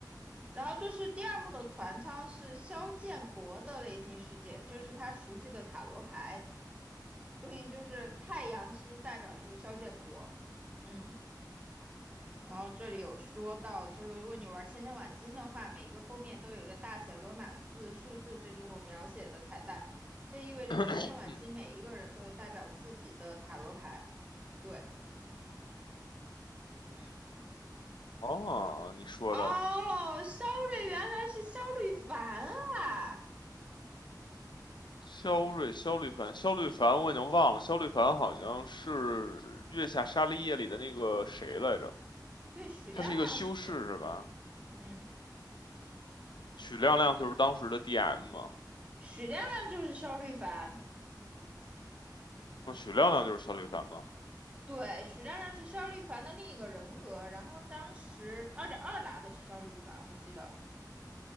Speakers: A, on the right (about 15°); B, on the left (about 90°).
A: 然后就是第二幕的船舱是肖建国的内心世界，这是他熟悉的塔罗牌，对应就是太阳，其实代表就是肖建国，嗯。然后这里有说到这个，如果你玩千千晚星的话，每一个封面都有一个大写罗马字数字，这就是我描写的彩蛋。这意味着千千晚星每一个人都有代表自己的塔罗牌。
B: <clears throat> 嗯，
A: 对，嗯，
B: 哦，你说的
A: 哦，肖瑞原来是肖瑞凡啊！
B: 肖瑞、肖律凡、肖律凡，我已经忘了，肖律凡好像是《月下沙利叶》里的那个谁来着？
A: 对，许亮亮是谁？
B: 他是一个修士是吧？
A: 嗯，
B: 许亮亮就是当时的 DM 嘛。
A: 许亮亮就是肖瑞凡。
B: 嗯，许亮亮就是肖李凡吗？
A: 对，许亮亮是肖瑞凡的另一个人格。然后当时二点二拿的是肖瑞凡，我记得